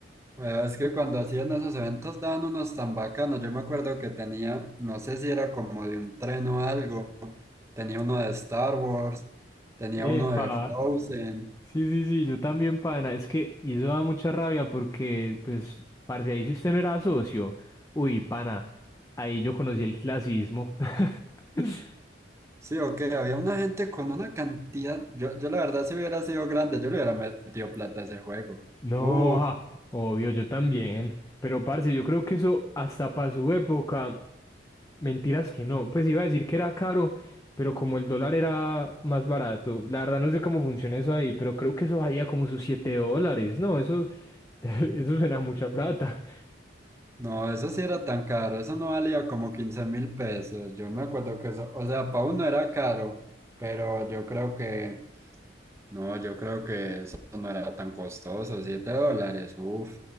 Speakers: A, on the right; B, on the left.
A: Bueno, Es que cuando hacían esos eventos daban unos tan bacanos. Yo me acuerdo que tenía, no sé si era como de un tren o algo, tenía uno de Star Wars, tenía
B: Epa,
A: uno de Frozen.
B: sí, sí, sí, yo también, pana. Es que y eso da mucha rabia porque, pues, parce, ahí si usted no era socio, uy, pana, ahí yo conocí el clasismo. <laughs>
A: Sí, o qué, había una gente con una cantidad. Yo, yo la verdad, si hubiera sido grande, yo le hubiera metido plata a ese juego.
B: No,
A: Uf,
B: ah, obvio, yo también. Pero, parce, yo creo que eso hasta para su época, mentiras que no. Pues iba a decir que era caro, pero como el dólar era más barato, la verdad no sé cómo funciona eso ahí, pero creo que eso valía como sus 7 dólares. No, eso, <laughs> eso suena a mucha plata.
A: no, eso sí era tan caro, eso no valía como quince mil pesos. Yo me acuerdo que eso, o sea, para uno era caro, pero yo creo que. No, yo creo que eso no era tan costoso, 7 dólares, uff.